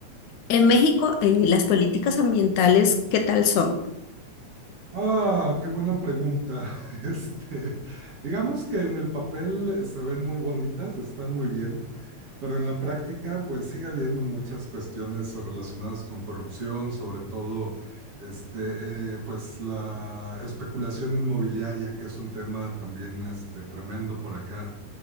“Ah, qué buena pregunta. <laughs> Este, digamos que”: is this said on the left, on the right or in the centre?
Right